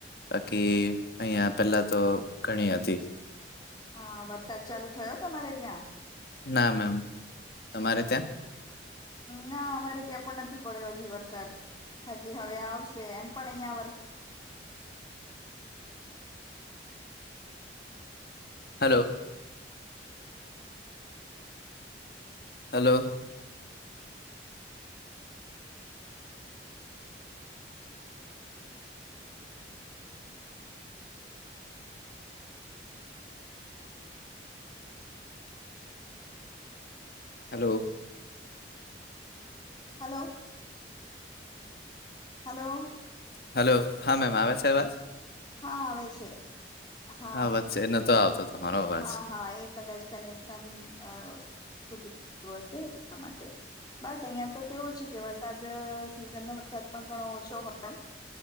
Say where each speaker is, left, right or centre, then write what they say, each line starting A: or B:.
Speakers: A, on the left (about 55°); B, on the left (about 25°).
A: બાકી અહં પેલા તો ઘણી હતી
B: હ વરસાદ ચાલુ થયો તમારે ત્યાં
A: ના મેમ તમારે ત્યાં
B: ના અમારે ત્યાં પણ નથી પડ્યો હજી વરસાદ હજી હવે આવ છેે એમપણ્યા વર
A: hello hello hello
B: hello hello
A: hello હા મેમ આવે છે અવાજ
B: હા આવે છે હા
A: વચ્ચે નતો આવતો તમારો અવાજ
B: હા હા એ કદાચ કનેક્શન અ તૂટી હશે એટલા માટે બસ અહિયાં તો કેવું છે કે વરસાદ સીઝન નો વરસાદ પણ ઘણો ઓછો હોય